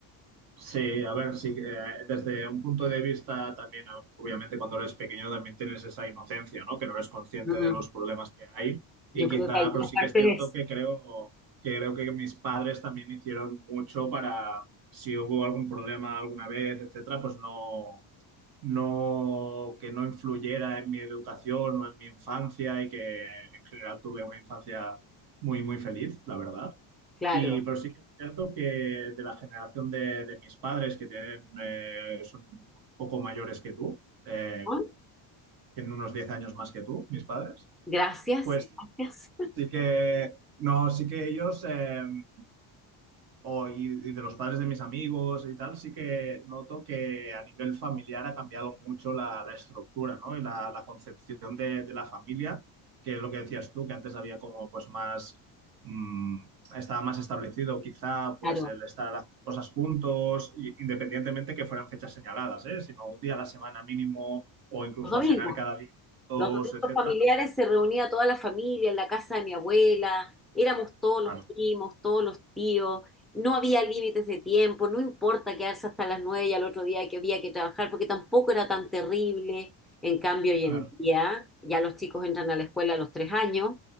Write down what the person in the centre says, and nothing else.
Mm,
yo
creo que hay gran
parte
de eso.
Claro,
¿no?
Gracias,
gracias.
Claro.
Los domingos.
Los domingos
familiares se reunía toda la familia en la casa de mi abuela, éramos todos
los primos, todos los tíos, no había límites de tiempo, no importa quedarse hasta las nueve y al otro día que había que trabajar, porque tampoco era tan terrible. En cambio, hoy
en día ya los chicos entran a la escuela a los tres años,